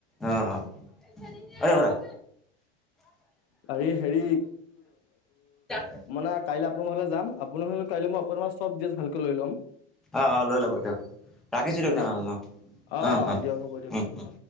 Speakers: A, in the centre; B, on the left.
A: অঁ', -অঁ', ৰ'ব দা।
B: আৰে হেৰি
A: <unintelligible>
B: নাই কাইলৈ আপোনাৰ ঘৰলে যাম, আপোনাৰ ঘৰলে কাইলে আপোনাৰ পৰা চব দিটেলজ ভালকে লৈ ল'ম।
A: অঁ', -অঁ', -লৈ ল'ব দিয়ক, ৰাখিছোঁ দিয়ক
B: মানে
A: তেনেহ'লে ন'।
B: অ
A: অঁ', -অঁ',
B: দিয়ক
A: -উম-উম।
B: হ'ব দিয়ক তেনে অ